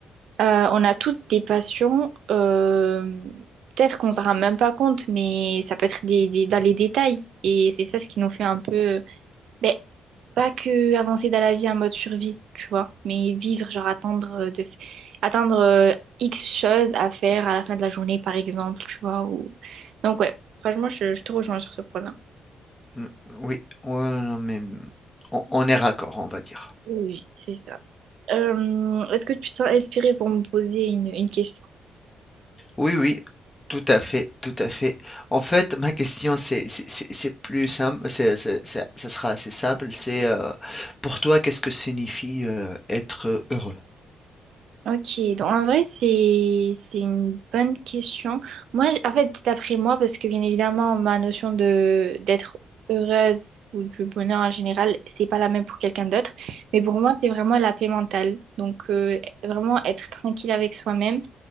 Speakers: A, on the right; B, on the left.
A: on a tous des passions. euh, peut-être qu'on ne se rend même pas compte, mais ça peut être des, des- dans les détails. Et c'est ça ce qui nous fait un peu Ben, pas que avancer dans la vie en mode survie, tu vois, mais vivre, genre attendre euh, de f- atteindre euh, X choses à faire à la fin de la journée, par exemple, tu vois. Ou... Donc ouais, franchement, je, je te rejoins sur ce point-là.
B: Mmh, oui, ouais, non, mais, mmh, on on est raccord, on va dire.
A: Oui, c'est ça. Euh, est-ce que tu te sens inspirée pour me poser une, une question?
B: Oui, oui, tout à fait, tout à fait. En fait, ma question c'est c'est c'est c'est plus simple, c'est c'est c'est ça sera assez simple, c'est, heu, pour toi, qu'est-ce que signifie, heu, être heureux?
A: Ok, donc en vrai, c'est c'est une bonne question. Moi, j- en fait, d'après moi, parce que bien évidemment, ma notion de d'être heureuse ou du bonheur en général, c'est pas la même pour quelqu'un d'autre. Mais pour moi, c'est vraiment la paix mentale. Donc, euh, vraiment être tranquille avec soi-même